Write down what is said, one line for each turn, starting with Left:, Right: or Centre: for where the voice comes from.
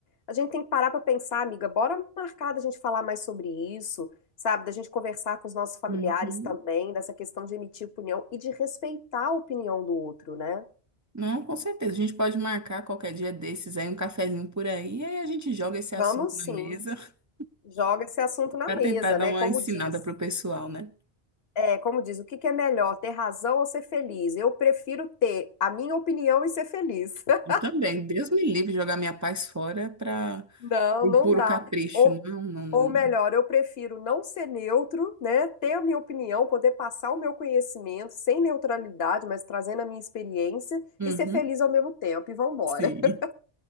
Left: a gente tem que parar para pensar, amiga, bora marcar da gente falar mais sobre isso, sabe? Da gente conversar com os nossos familiares
Right: Uhum.
Left: também, dessa questão de emitir opinião e de respeitar a opinião do outro, né?
Right: Não, com certeza. A gente pode marcar qualquer dia desses aí, um cafezinho por aí, e aí a gente joga esse
Left: Vamos
Right: assunto
Left: sim.
Right: na mesa <laughs>
Left: Joga esse assunto na
Right: para
Left: mesa,
Right: tentar dar
Left: né?
Right: uma
Left: Como
Right: ensinada
Left: diz,
Right: pro pessoal, né?
Left: é, como diz, o que que é melhor, ter razão ou ser feliz? Eu prefiro ter a minha opinião e ser feliz. <laughs>
Right: Eu também. Deus me livre de jogar minha paz fora para
Left: Não,
Right: um
Left: não
Right: puro
Left: dá.
Right: capricho.
Left: Ou,
Right: Não, não, não,
Left: ou
Right: não.
Left: melhor, eu prefiro não ser neutro, né? Ter a minha opinião, poder passar o meu conhecimento sem neutralidade, mas trazendo a minha experiência
Right: Uhum,
Left: e ser feliz ao mesmo tempo. E vambora.
Right: sim.
Left: <laughs>